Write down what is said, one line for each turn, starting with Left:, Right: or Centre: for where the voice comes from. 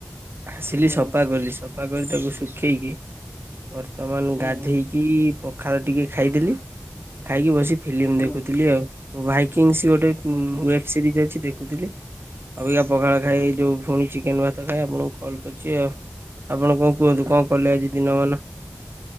Right: ଆସିଲି
Left: ହୁଁ
Right: ସଫା କଲି, ସଫା ସଫା କରି ତାକୁ ଶୁଖେଇକି ବର୍ତ୍ତମାନ
Left: ହୁଁ
Right: ଗାଧେଇକି ପଖାଳ ଟିକେ ଖାଇଦେଲି ଖାଇକି ବସିକି ଫିଲ୍ମ
Left: ହୁଁ
Right: ଦେଖୁଥିଲି ଆଉ, ଭାଇକିଙ୍ଗସ୍ ଗୋଟେ ୱେବ୍
Left: ହୁଁ ହୁଁ
Right: ସିରିଜ ଅଛି ଦେଖୁଥିଲି। ଅବିକା ପଖାଳ ଖାଇ
Left: ହୁଁ ହୁଁ
Right: ଯୋଉ ଫୁଣି ଚିକେନ ଭାତ ଖାଇ ଆପଣଙ୍କୁ କଲ କରିଛି ଆଉ ଆପଣ କଣ କୁହନ୍ତୁ କଣ କଲେ
Left: ଉଁ,
Right: ଆଜି ଦିନମାନ?